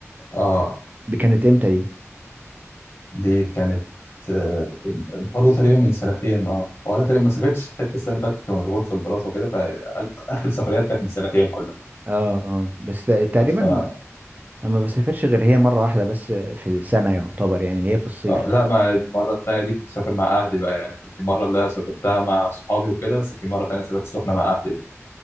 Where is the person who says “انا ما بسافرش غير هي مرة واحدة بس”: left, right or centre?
Right